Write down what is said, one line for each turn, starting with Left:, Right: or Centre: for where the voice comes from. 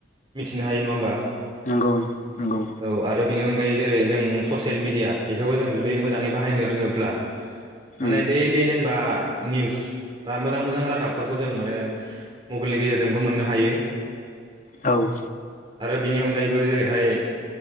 Right: मिथिनो हायो नङा होमबा
Left: नंगौ नंगौ
Right: औ आरो बेनि अनगायै जेरै जों ससियेल मिडिया बेखौबो जों जुदि मोजाङै बाहायनो रोङोब्ला माने
Left: उम
Right: दैलि जेनेबा निउस बा मोजां मोजां रादाबफोरखौ जों माने मबाइलनि गेजेरजोंबो मोननो हायो
Left: औ
Right: आरो बिनि अनगायैबो जेरैहाय